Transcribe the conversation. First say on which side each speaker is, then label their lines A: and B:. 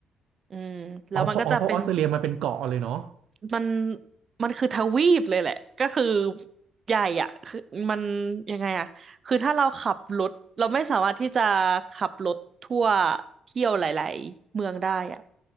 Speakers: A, on the right (about 45°); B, on the right (about 75°).
A: อืมแล้วมันก็จะเป็น
B: อ๋อเพราะอ๋อเพราะออสเตรเลียมันเป็นเกาะเลยเนาะ
A: มันมันคือทวีปเลยแหละก็คือใหญ่อ่ะคือมันยังไงอ่ะคือถ้าเราขับรถเราไม่สามารถที่จะขับรถทั่วเที่ยวหลายๆเมืองได้อ่ะ